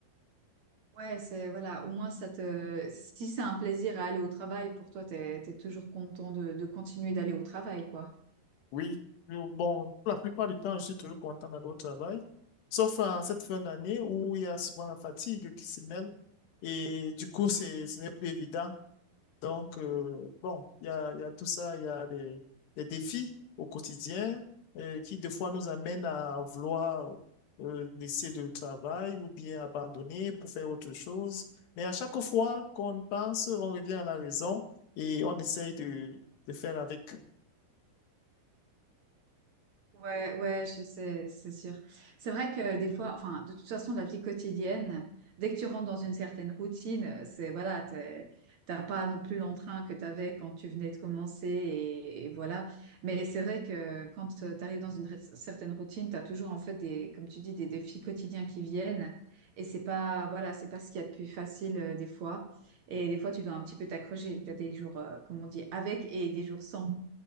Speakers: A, on the right (about 55°); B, on the left (about 80°).
A: ouais, c'est voilà, au moins ça te, si c'est un plaisir à aller au travail, pour toi, t'es, t'es toujours content de, de continuer d'aller au travail, quoi.
B: Oui, euh, bon, pour la plupart du temps, je suis toujours content d'aller au travail, sauf en cette fin d'année où il y a souvent la fatigue qui s'y mêle et du coup, c'est, ce n'est plus évident. Donc, euh, bon, il y a, il y a tout ça, il y a des, des défis au quotidien euh, qui, des fois, nous amènent à vouloir euh, laisser le travail ou bien abandonner pour faire autre chose. Mais à chaque fois qu'on pense, on revient à la raison et on essaye de, de faire avec.
A: Ouais, ouais, je sais, c'est sûr. C'est vrai que des fois, enfin, de toute façon, la vie quotidienne, dès que tu rentres dans une certaine routine, c'est voilà, t'es- t'as pas non plus l'entrain que tu avais quand tu venais de commencer et, et voilà. Mais c'est vrai que quand tu arrives dans une ré- certaine routine, tu as toujours en fait des, comme tu dis, des défis quotidiens qui viennent et c'est pas, voilà, c'est pas ce qu'il y a de plus facile euh, des fois. Et des fois, tu dois un petit peu t'accrocher. Tu as des jours, euh, comme on dit, avec et des jours sans.